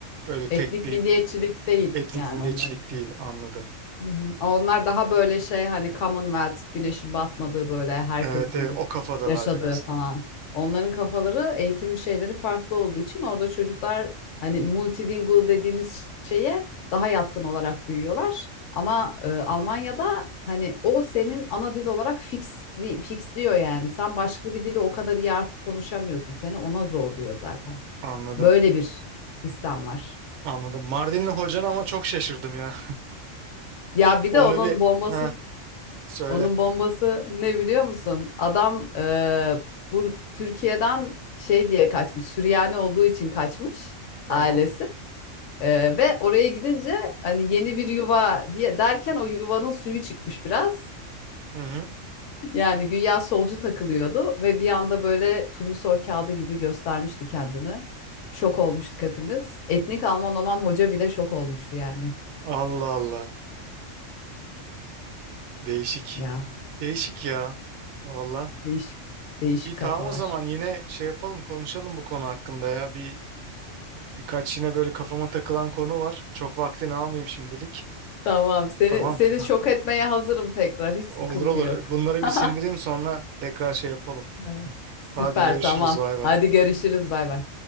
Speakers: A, on the right; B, on the left.
A: öyle tek
B: Etnik
A: bir
B: milliyetçilik değil
A: etnik
B: yani
A: milliyetçilik
B: onların.
A: değil anladım.
B: Hı hı. Onlar daha böyle şey hani Commonwealth güneşin batmadığı böyle herkesin
A: Evet, evet o kafadalar
B: yaşadığı
A: biraz
B: falan.
A: da.
B: Onların kafaları eğitim şeyleri farklı olduğu için orada çocuklar hani multilingual dediğimiz şeye daha yatkın olarak büyüyorlar. Ama e, Almanya'da hani o senin ana dil olarak fix, fixliyor yani. Sen başka bir dili o kadar iyi artık konuşamıyorsun. Seni ona zorluyor zaten.
A: Anladım.
B: Böyle bir sistem var.
A: Anladım. Mardinli hocan ama çok şaşırdım ya.
B: Ya
A: <laughs>
B: bir
A: Onu
B: de onun
A: bir
B: bombası
A: ha söyle.
B: Onun bombası ne biliyor musun? Adam eee, bu Türkiye'den şey diye kaçmış. Süryani olduğu için kaçmış
A: Tamam.
B: ailesi. Eee, ve oraya gidince hani yeni bir yuva diye derken o yuvanın suyu çıkmış biraz.
A: Hı hı.
B: Yani güya solcu takılıyordu ve bir anda böyle turnusol kağıdı gibi göstermişti kendini. Şok olmuştuk hepimiz. Etnik Alman olan hoca bile şok olmuştu yani.
A: Allah Allah. Değişik.
B: Ya
A: Değişik ya. Valla.
B: değişik değişik
A: İyi tamam
B: kafalar.
A: o zaman yine şey yapalım konuşalım bu konu hakkında ya. Bir birkaç yine böyle kafama takılan konu var. Çok vaktini almayayım şimdilik.
B: Tamam. Seni
A: Tamam.
B: seni
A: Hah.
B: şok etmeye hazırım tekrar. Hiç
A: Olur
B: sıkıntı
A: olur.
B: yok.
A: Bunları
B: <laughs>
A: bir sindireyim sonra tekrar şey yapalım.
B: Evet. Süper
A: Hadi görüşürüz.
B: tamam.
A: Bay bay.
B: Hadi görüşürüz. Bay bay.